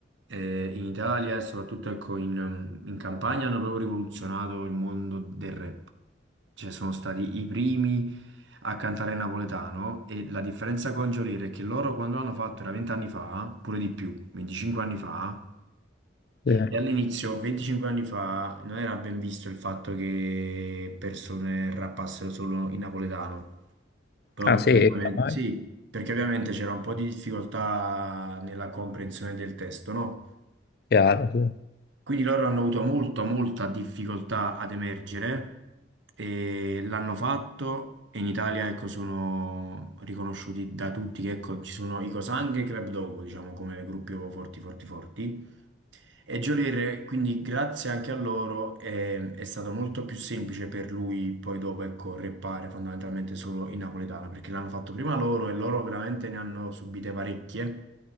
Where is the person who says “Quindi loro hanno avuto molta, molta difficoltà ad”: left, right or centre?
Right